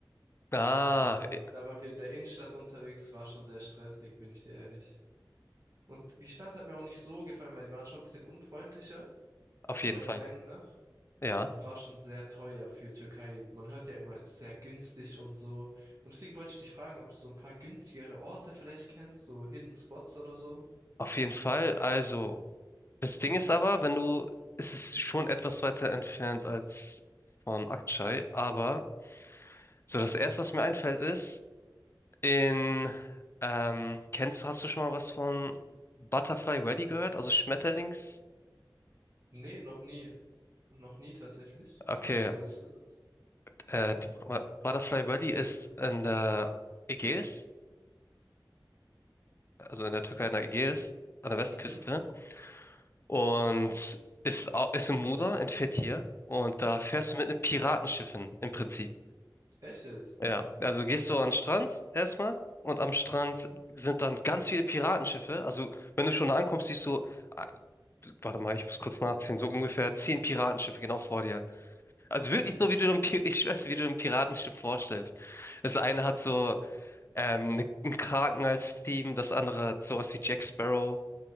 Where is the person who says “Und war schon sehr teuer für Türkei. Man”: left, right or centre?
Right